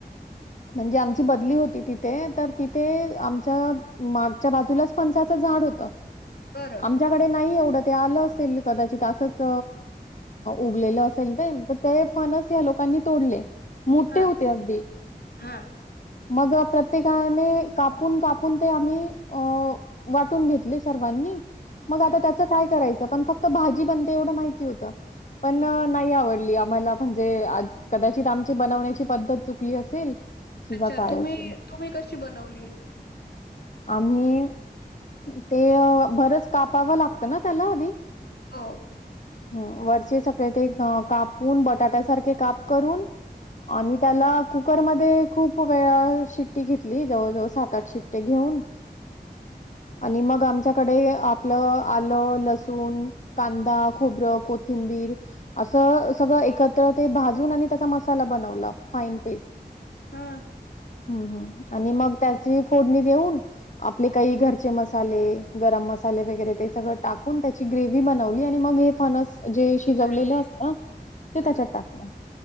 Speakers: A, on the left (about 45°); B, on the left (about 75°).
A: म्हणजे आम बदली होती तिथे तर तिथे आमच्या मागच्या बाजूलाच फणसाच झाड होत.
B: बरं
A: आमच्याकडे नाही एवढं ते आलो असेल कदाचित तसच उगलेलं असेल ते ते फणस या लोकांनी तोडले मोठे
B: हा
A: होते अगदी
B: हा
A: मग प्र- -त्येकाने कापून कापून ते आम्ही अ वाटून घेतले सर्वांनी मग आता
B: हम्म
A: त्याच काय करायचं पण फक्त भा- -जी बनते एवढं माहिती होतं. पण
B: हम्म
A: नाही आवडली आम्हाला म्हणजे कदाचित आमची बनवण्याची पद्धत चुकली असेल. किंवा
B: अच्छा
A: काय
B: तुम्ही
A: असेल.
B: तुम्ही कशी बनवलीत?
A: आम्ही ते बरंच कापावं लागतं ना त्याला आधी
B: हो
A: वरचे सगळे ते कापून बटाट्या सारखे काप करून आणि त्याला कु - -करमध्ये खूप वेळा शिट्टी घेतली जवळजवळ सात आठ शिट्ट्या घेऊन आणि मग आमच्या- -कडे आपलं आलं लसूण कांदा खोबरं कोथिंबीर असं सगळं एकत्र ते भाजून आणि त्याचा मसाला बनवला. फाइन पेस्ट
B: हा
A: हम्म हम्म आणि मग त्याची फोडणी देऊन आपले काही घरचे मसाले, गरम मसाले वगैरे ते सगळं टाकून त्याची ग्रे- -व्ही बनवली आणि मग हे फणस शिजवलेलं
B: ह
A: असतं ते त्याच्यात टाकलं.